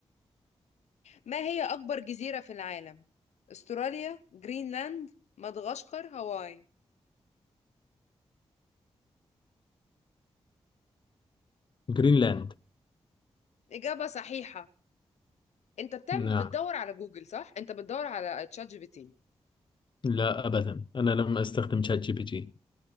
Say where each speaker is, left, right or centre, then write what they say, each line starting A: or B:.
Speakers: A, on the left; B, on the left.
A: ما هي أكبر جزيرة في العالم؟ أستراليا جرينلاند مدغشقر هاواي
B: جرينلاند
A: إجابة صحيحة أنت بتعمل
B: نعم
A: بتدور على جوجل صح؟ أنت بتدور على تشات جي بي تي
B: لا أبدا أنا لم أستخدم شات جي بي تي